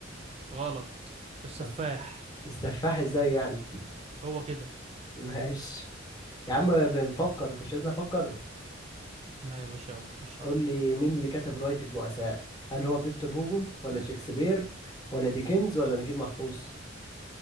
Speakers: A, on the right; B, on the left.
A: غلط السفاح
B: ما- السفاح ازاي يعني
A: هو كده
B: <laughs> ماشي يا عم بنفكر انت مش عايزني افكر
A: لا يا باشا يلا خش
B: قول
A: عليا
B: لي مين اللي كتب رواية البؤساء هل هو فيكتور هوجو ولا شكسبير ولا ديكنز ولا نجيب محفوظ